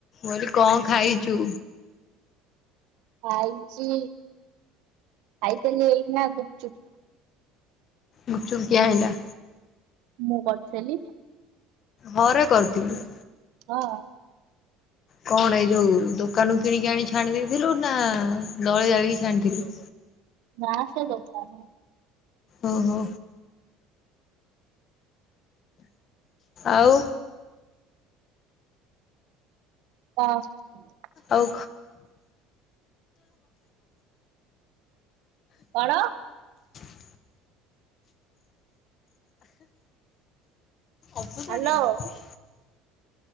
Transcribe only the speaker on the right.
ଖାଇଛି ଖାଇଥିଲି ଏଇନା ଗୁପ ଚୁପ
ମୁଁ କରିଥିଲି।
ହଁ
ନା ସେ ଦୋକାନ
ହ <unintelligible>
କଣ?
ହ୍ୟାଲୋ